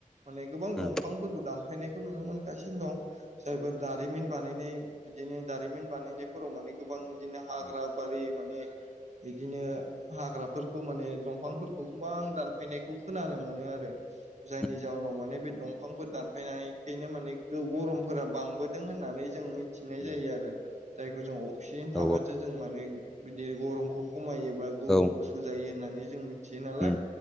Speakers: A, on the right; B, in the centre.
A: माने गोबां
B: उम
A: दंफांफोरखौ दानफायनायखौ नुनो मोनगासिनो दं जायफोर दारिमिन बानायनाय बिदिनो दारिमिन बानायनायफोराव माने गोबां बिदिनो
B: उम
A: हाग्रा बारि माने बिदिनो हाग्राफोरखौ माने दंफांफोरखौ गोबां दानफायनायखौ खोनानो मोनो आरो
B: उम
A: जायनि जाउनाव माने बे दंफां दंफांफोर दानफायनायखायनो माने गरमफोरा बांबोदों होननानै जों मिथि थिनाय
B: उम
A: जायो आरो जायखौ जों अक्सिजेन
B: औ
A: थाबासो जों माने बिदि गरमखौ खमायोबा गौरम
B: औ
A: गुसु जायो होननानै जों मिथियो नालाय
B: उम